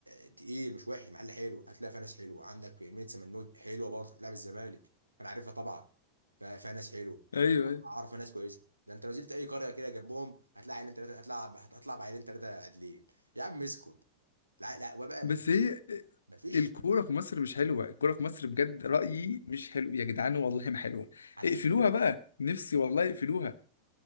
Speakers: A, on the right (about 85°); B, on the left (about 70°).
A: التقيل مش وحش محل حلو هتلاقي فيها ناس حلوه عندك مينيت سمنود حلوه برضه كانت بتلعب الزمالك انا عارفها طبعا ف- فيها ناس حلوه
B: ايوه
A: أنا
B: ايوه
A: اعرف ناس كويسه ده انت لو زلت اي قريه كده جنبهم هتلاقي عيلين ثلاثه هتلعب هتطلع بعيلين ثلاثه عادلين يا عم اسكت لا لا وبقى
B: بس
A: ما
B: هي
A: ما فيش
B: الكوره في مصر مش حلوه الكوره في مصر بجد رايي مش حلو يا جدعان والله ما حلوه
A: علشان
B: اقفلوها بقى نفسي والله اقفلوها